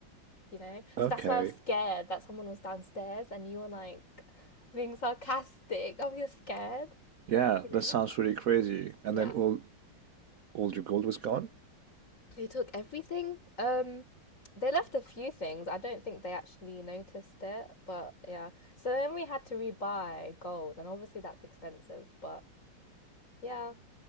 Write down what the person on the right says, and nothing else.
Okay.
Yeah,
that sounds really crazy. And
then all all your gold was gone?